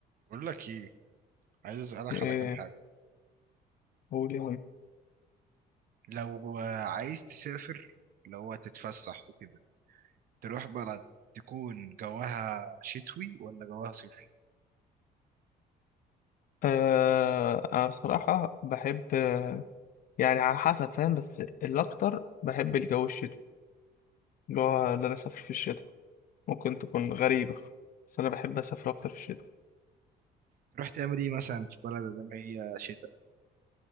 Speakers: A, on the right; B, on the left.
A: بقول لك ايه عايز اسالك
B: ايه
A: على كام حاجه
B: قول يا عم
A: لو آه، عايز تسافر اللي هو تتفسح وكده تروح بلد تكون جواها شتوي ولا جواها صيفي
B: آه انا بصراحة بحب آه، يعني على حسب فاهم بس الاكتر بحب الجو الشتوي اللي هو اللي انا اسافر في الشتاء ممكن تكون غريبة بس انا بحب اسافر اكتر في الشتاء
A: تروح تعمل ايه مثلا في بلد ده ما هي شتاء